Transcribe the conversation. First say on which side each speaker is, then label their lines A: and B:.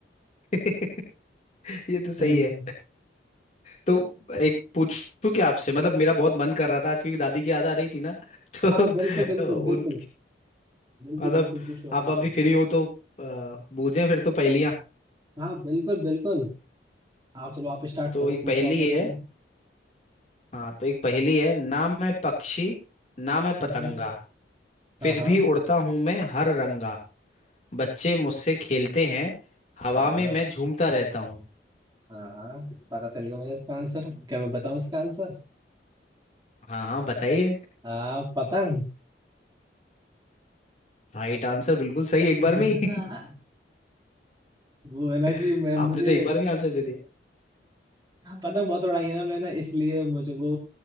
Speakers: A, on the left; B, on the right.
A: <laughs> ये तो सही
B: हम्म
A: है तो एक पूछूं क्या आपसे मतलब मेरा बहुत मन कर रहा था आज क्योंकि दादी की याद आ रही थी ना <laughs> तो अ,
B: हाँ बिल्कुल बिल्कुल
A: उन
B: बिल्कुल बिल्कुल
A: मतलब
B: बिल्कुल पूछो आप
A: आप
B: पूछो
A: अभी फ्री हो तो अ, बूझें फिर तो पहेलियां
B: हाँ बिल्कुल बिल्कुल आप चलो आप स्टार्ट
A: तो
B: करो
A: एक
B: पूछो
A: पहेली
B: आप एक
A: है
B: कोई
A: हाँ तो एक पहेली है ना मैं पक्षी ना मैं पतंगा
B: हम्म हम्म,
A: फिर
B: हाँ हाँ
A: भी उड़ता हूं मैं हर रंगा बच्चे मुझसे खेलते हैं हवा
B: हाँ
A: में
B: हाँ
A: मैं झूमता रहता हूँ
B: हाँ हाँ, पता चल गया मुझे इसका आंसर क्या मैं बताऊं इसका आंसर
A: हाँ हाँ बताइए
B: आ पतंग
A: राइट आंसर बिल्कुल सही एक
B: <laughs>
A: बार में ही
B: हाँ। वो है ना कि
A: <laughs>
B: मैं
A: आपने
B: मुझे
A: तो एक बार में आंसर दे दिया
B: पतंग बहुत उड़ाई है ना मैंने इसलिए मुझे वो